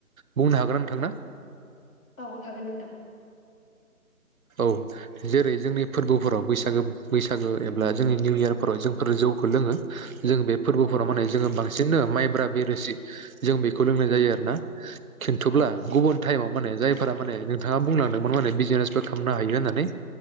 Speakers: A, on the right; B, on the left.
A: बुंनो हागोन नोंथांना।
B: औ हागोन नोंथां।
A: औ जेरै जोंनि फोरबोफोराव बैसागो बैसागो एब्ला जोंनि निउ इयारफोराव जोंफोर जौखौ लोङो। जों बे फोरबोराव
B: औ
A: माने जोङो बां। सिननो माइब्रा बेरोसि जों बेखौ लोंनाय जायो आरो ना। खिन्थुब्ला
B: औ नंगौ नोंथां
A: गुबुन थाइमाव माने जाय। माने नोंथाङा बुंलांदोंमोन माने बिजेने। बो खालामनो हायो होननानै।